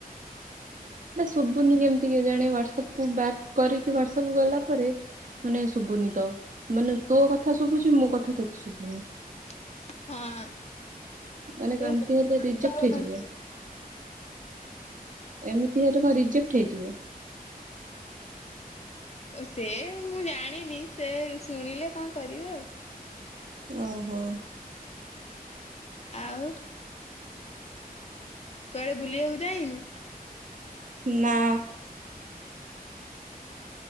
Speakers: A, on the right (about 55°); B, on the left (about 45°).
A: ଏଟା ଶୁଭୁନି କେମିତି କେ ଜାଣି ହ୍ୱାଟସପ ବ୍ୟାକ୍ କରିକି ହ୍ଵାଟସପକୁ ଗଲା ପରେ ମାନେ ଶୁଭୁନି ତ ମାନେ ତୋ କଥା ଶୁଭୁଛି ମୋ କଥା ତତେ ଶୁଭୁନି।
B: ହଁ।
A: ମାନେ
B: ସେ
A: କେମିତି
B: ନେଟୱାର୍କ
A: ହେଲେ ରିଜେକ୍ଟ
B: ପାଉନଥିବ।
A: ହେଇଯିବ। ଏମିତି ହେଲେ କଅଁ ରିଜେକ୍ଟ ହେଇଯିବ?
B: ଓ ସେ ମୁଁ ଜାଣିନି ସେ ଶୁଣିଲେ କଅଁ କରିବେ ଆଉ।
A: ଓହୋ।
B: ଆଉ କୁଆଡେ ବୁଲିବାକୁ ଯାଇନୁ?
A: ନା